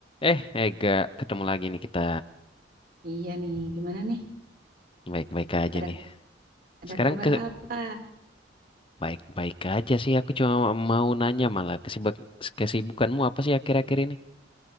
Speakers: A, on the left; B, on the right.
A: Eh, Ega, ketemu lagi nih kita.
B: Iya nih, gimana nih?
A: Baik-baik aja
B: Ada
A: nih.
B: ada
A: Sekarang
B: kabar
A: ke
B: apa?
A: baik-baik aja sih. Aku cuma mau nanya malah kesibuk kesibukanmu apa sih akhir-akhir ini?